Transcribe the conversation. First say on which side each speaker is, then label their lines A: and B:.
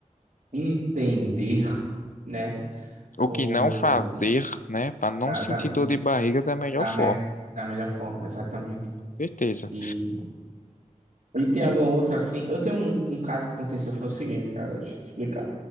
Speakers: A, on the right (about 75°); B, on the left (about 80°).
A: entender, né? O...
B: o que não fazer, né, Pra não
A: Da,
B: sentir
A: da,
B: dor de barriga da melhor
A: da,
B: forma,
A: me... da melhor forma, exatamente.
B: certeza.
A: E, e tem alguma
B: Hum,
A: outra, assim... Eu tenho um, um caso que aconteceu, foi o seguinte, cara, deixa eu te explicar.